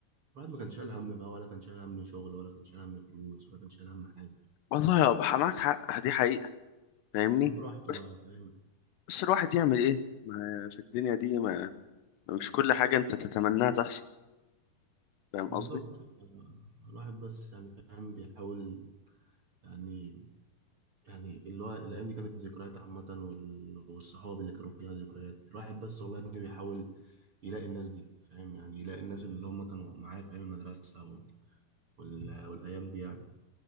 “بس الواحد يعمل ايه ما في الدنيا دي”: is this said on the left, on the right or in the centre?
Left